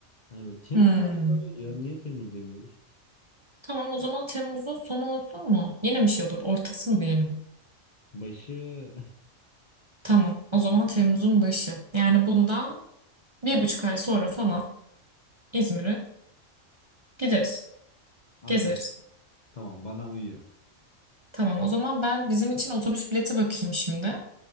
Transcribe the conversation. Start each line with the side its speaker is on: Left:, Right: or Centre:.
Left: Hani böyle Temmuz
Right: Hmm.
Left: bence daha iyi ya. Niye Temmuz demiyoruz?
Right: Tamam o zaman Temmuz'un sonu olsun mu? Yine bir şey olur. Ortası mı diyelim?
Left: Başı
Right: Tamam. O zaman Temmuz'un başı. Yani bundan bir buçuk ay sonra falan İzmir'e gideriz.
Left: <laughs> anlaştık.
Right: Gezeriz.
Left: Tamam bana uyuyor.
Right: Tamam o zaman ben bizim için otobüs bileti bakayım şimdi.